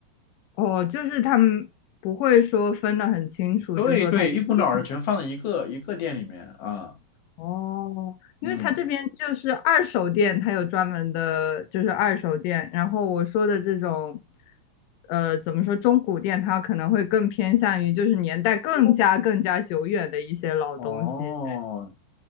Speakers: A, on the left; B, on the left.
A: 哦，就是他们不会说分得很清楚，
B: 对对，
A: 就说它一定。
B: 一股脑儿的全放在一个一个店里面啊，
A: 哦，
B: 嗯，
A: 因为他这边就是二手店，他有专门的，就是二手店。然后我说的这种，呃，怎么说中古店，它可能会更偏向于就是年代更加更加久远的一些老东西。
B: 哦，